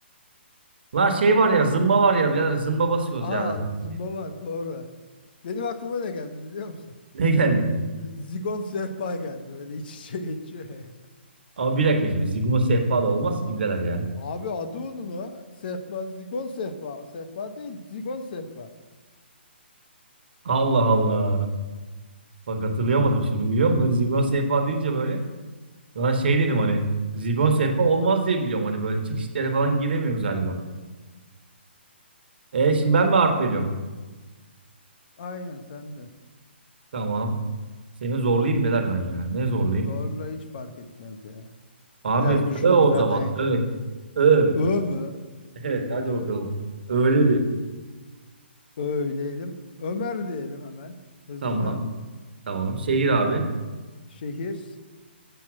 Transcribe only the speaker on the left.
Aa
zumba
var doğru. Benim aklıma ne geldi biliyor musun?
Zigon sehpa geldi böyle iç içe geçiyor ya.
Abi adı onun o. Sehpa, zigon sehpa. Sehpa değil, zigon sehpa.
Ya,
ya,
aynen sen de.
Zorla hiç fark etmez ya.
Biraz düşünürüz
zaten.
Ö mü?
O
öyleyelim. Ömer diyelim hemen hızlıdan.
Şehir